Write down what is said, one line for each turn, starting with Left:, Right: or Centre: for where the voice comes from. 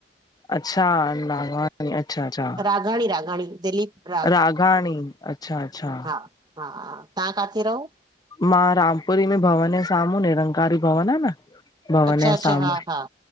Left: अच्छा नागवा अच्छा-अच्छा,
Right: राघाणी राघाणी दिलीप
Left: राघाणी अच्छा-अच्छा।
Right: हा हा तव्हां काथे रहो?
Left: मां रामपुरी में भवन जे साम्हूं निरंकारी भवन आ न। भवनये
Right: अच्छा अच्छा
Left: साम्हूं।
Right: हा हा